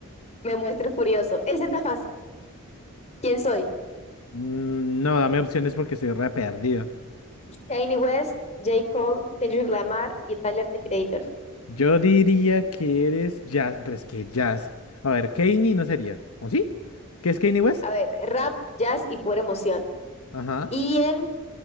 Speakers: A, on the left; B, on the left.
A: me muestro furioso. Ese está fácil. ¿Quién soy?
B: Mm, No, dame opciones porque estoy re perdido.
A: Kanye West, J. Cole, Kendrick Lamar y Tyler the Creator.
B: Yo diría que eres jazz, pero es que jazz. A ver, Kanye no sería. ¿O sí? ¿Qué es Kanye West?
A: A ver, rap, jazz y pura emoción.
B: Ajá.
A: Y en